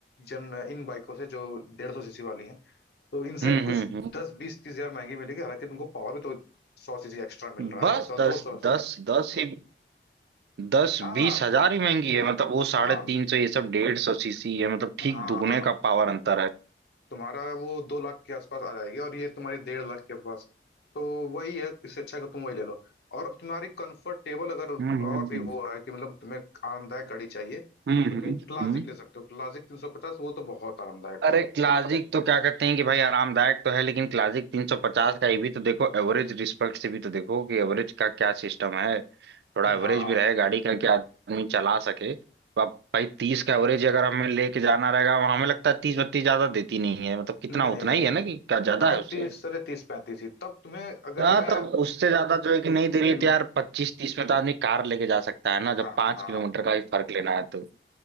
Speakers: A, on the left; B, on the right.
A: जन इन बाइकों से जो डेढ़ सौ सीसी वाली हैं तो इनसे
B: हम्म
A: कुछ
B: हम्म
A: दस बीस तीस हजार महंगी मिलेगी हालांकि तुमको पावर भी तो सौ सीसी एक्स्ट्रा मिल
B: हम्म
A: रहा
B: बस
A: है सौ
B: दस
A: दो सौ
B: दस दस ही दस
A: हाँ
B: बीस
A: हाँ
B: हजार ही महंगी है मतलब वो साढ़े
A: हाँ
B: तीन सौ ये सब डेढ़ सौ सीसी है मतलब ठीक
A: हाँ
B: दुगने
A: हाँ
B: का
A: हाँ।
B: पावर अंतर है
A: तुम्हारा वो दो लाख के आसपास आ जाएगी और ये तुम्हारी डेढ़ लाख के पास तो वही है इससे अच्छा है कि तुम वही ले लो और तुम्हारी कंफर्टेबल अगर
B: हम्म हम्म
A: और भी
B: हम्म
A: वो है कि मतलब तुम्हें आरामदायक गाड़ी चाहिए
B: हम्म
A: तो
B: हम्म,
A: तुम क्लासिक
B: हम्म।
A: ले सकते हो क्लासिक तीन सौ पचास वो तो बहुत आरामदायक
B: अरे
A: है
B: क्लासिक तो क्या कहते हैं कि भाई आरामदायक तो है लेकिन क्लासिक 350 का ये भी तो देखो एवरेज रिस्पेक्ट से भी तो देखो कि एवरेज का क्या सिस्टम है थोड़ा एवरेज
A: हाँ
B: भी रहे गाड़ी का कि आदमी चला सके तो अब भाई तीस का एवरेज अगर हमें लेके जाना रहेगा हमें लगता है तीस बत्तीस ज्यादा देती नहीं है मतलब कितना
A: नहीं
B: उतना
A: नहीं
B: ही है
A: नहीं
B: ना कि क्या ज्यादा
A: हाँ
B: है उससे
A: तीस साढ़े तीस पैंतीस ही तब तुम्हें अगर
B: हाँ
A: मैं
B: तब उससे ज्यादा जो है कि नहीं दे
A: मैं
B: रही तो यार पच्चीस तीस में तो आदमी कार लेके जा सकता है
A: हाँ
B: ना
A: हाँ
B: जब पांच
A: हाँ, हाँ।
B: किलोमीटर का ही फर्क लेना है तो